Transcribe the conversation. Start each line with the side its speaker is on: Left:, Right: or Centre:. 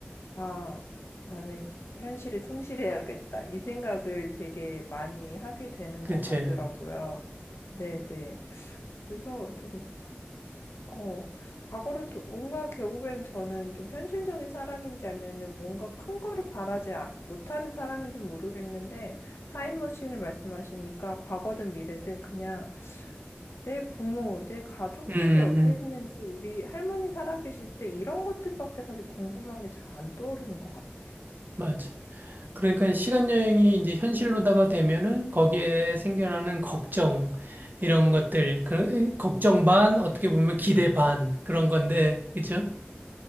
Left: 아, 나는 현실에 충실해야겠다. 이 생각을 되게 많이 하게 되는
Right: 그치.
Left: 것 같더라고요.
Right: 음,
Left: 네네. 그래서 좀, 어, 과거를, 도, 뭔가 결국에는 저는 좀 현실적인 사람인지 아니면은 뭔가 큰 거를 바라지 아- 못하는 사람인지 모르겠는데, 타임머신을 말씀하시니까 과거든 미래든 그냥 내 부모, 내 가족들이
Right: 음.
Left: 어땠는지, 우리 할머니 살아계실 때 이런 것들밖에 사실 궁금한 게 잘 안 떠오르는 것 같아요.
Right: 맞아. 그러니까 시간 여행이 이제 현실로다가 되면은 거기에 생겨나는 걱정, 이런 것들, 그, 걱정 반, 어떻게 보면 기대 반, 그런 건데, 그죠?